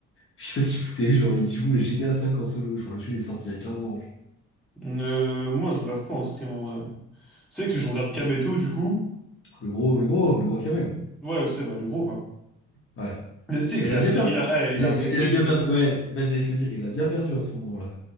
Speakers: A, on the left (about 45°); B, in the centre.
A: Je sais pas ce qu'il foutait, genre, il joue à GTA 5 en solo, genre, le jeu il est sorti il y a 15 ans. genre.
B: Euh, moi je regarde quoi en stream en vrai? C'est que je regarde Kameto du coup.
A: Le gros, le gros, le gros camel.
B: Ouais, je sais, bah le gros quoi.
A: Ouais.
B: Mais C'est
A: Mais
B: qu'il
A: il a
B: a
A: bien
B: maigri,
A: perdu.
B: il a, eh, il
A: Il
B: a
A: a,
B: maigri
A: il a- il a bien
B: de
A: perdu.
B: fou.
A: Ouais, bah, j'allais te le dire, il a bien perdu en ce moment-là.